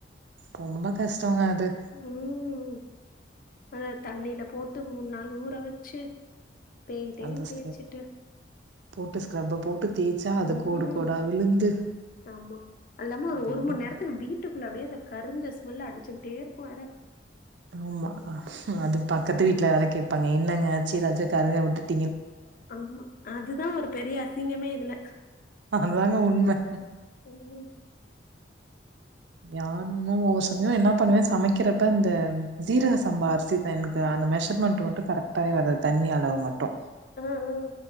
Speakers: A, on the right; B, on the left.
A: ரொம்ப கஷ்டங்க அது
B: ம் அத தண்ணில போட்டு மூணு நாள் ஊற வச்சு தேய் தேய்யின்னு
A: அந்த
B: தேய்ச்சுட்டு
A: ஸ்க்ரப் போட்டு ஸ்கிரப்பு போட்டு தேய்ச்சா அதை
B: ம்
A: கோடு கோடா விழுந்து
B: ஆமா அது அல்லாம ஒரு
A: அது
B: ஒரு
A: எதுக்கு?
B: மணி நேரத்துக்கு வீட்டுக்குள்ள அப்படியே அது கறிஞ்ச ஸ்மெல் அடிச்சுக்கிட்டே இருக்கும் வேற
A: ஆமா அது பக்கத்து வீட்டுல வேற கேட்பாங்க என்ன்னங்க ஆச்சு ஏதாச்சும் கருவய வுட்டுட்டு
B: ஆமா அதுதான் ஒரு பெரிய அசிங்கமே இதுல
A: அதாங்க உண்மை
B: ம்.
A: யானும் ஒவ்வொ சமயம் என்ன பண்ணுவே சமைக்கிறப்ப இந்த சீரக சம்ப அரிசிதா எனக்கு அந்த மெஷர்மெண்ட் மட்டு கரெக்டாவே வராது தண்ணி அளவு மட்டு
B: ஆ ஆ